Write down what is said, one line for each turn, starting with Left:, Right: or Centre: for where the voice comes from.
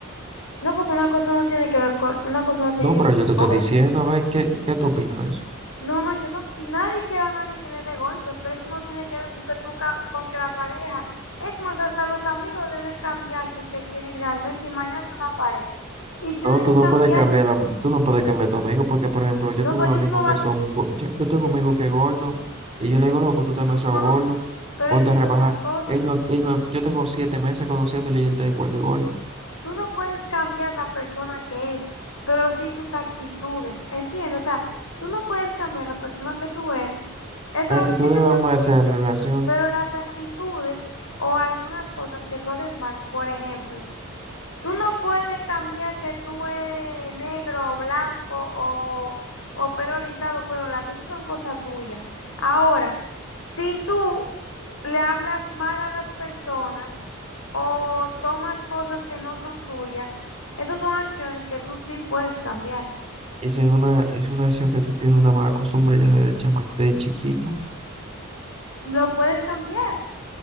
Left: No, porque una cosa no tiene que ver con, una cosa no tiene
Right: No,
Left: que
Right: pero
Left: ver
Right: yo te estoy
Left: con
Right: diciendo,
Left: la otra.
Right: a ver, ¿qué, qué tú opinas de eso?
Left: No, no, yo no, nadie quiere a nadie que le dé golpes, pero eso no tiene que ver con que tú, ca- con que la pareja, es más, hasta los amigos deben cambiar si te quieren realmente. Imagínate una pareja y tiene
Right: No, tú
Left: que
Right: no
Left: cambiar.
Right: puedes cambiar la- tú no puedes cambiar a tu amigo porque, por ejemplo, yo
Left: No,
Right: tengo
Left: porque
Right: amigos
Left: tú no vas,
Right: que son, go- yo, yo tengo
Left: es
Right: un amigo
Left: que,
Right: que es gordo y yo le digo, loco, tú estás
Left: <laughs>
Right: demasiado gordo,
Left: pero
Right: ponte
Left: es que
Right: a
Left: es
Right: rebajar.
Left: otra cosa.
Right: Él no, él no- yo tengo siete meses conociéndole y él está igual de gordo.
Left: tú no puedes cambiar la persona que es, pero sí sus actitudes, ¿entiendes? O sea, tú no puedes cambiar la persona que tú eres, eso
Right: Actitudes
Left: es lo que, esa
Right: van
Left: es mi op-
Right: más a relaciones.
Left: pero las actitudes o algunas cosas que tú haces mal, por ejemplo, tú no puedes cambiar que tú eres negro o blanco o, o pelo rizado, pero las cosas son cosas tuyas. Ahora, si tú le hablas mal a las personas o tomas cosas que no son tuyas, esas son acciones que tú sí puedes cambiar.
Right: Eso es una, es una acción que tú tienes una mala costumbre ya desde chama, de chiquito.
Left: Lo puedes cambiar,